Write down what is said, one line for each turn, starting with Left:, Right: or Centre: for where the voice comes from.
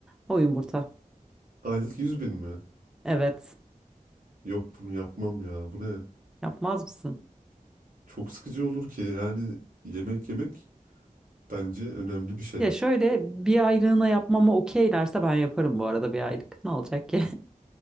Centre: O yumurta.
Right: Aylık yüz bin mi?
Centre: Evet.
Right: Yok bunu yapmam ya. Bu ne?
Centre: Yapmaz mısın?
Right: Çok sıkıcı olur ki. Yani yemek yemek bence önemli bir şey.
Centre: Ya şöyle bir aylığına yapmama okeylerse ben yaparım bu arada bir aylık. Ne olacak ki?